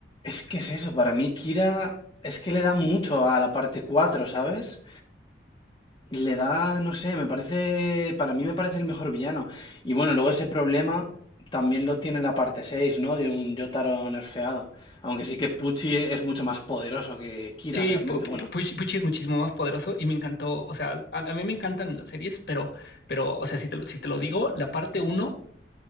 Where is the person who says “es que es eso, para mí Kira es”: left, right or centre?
Left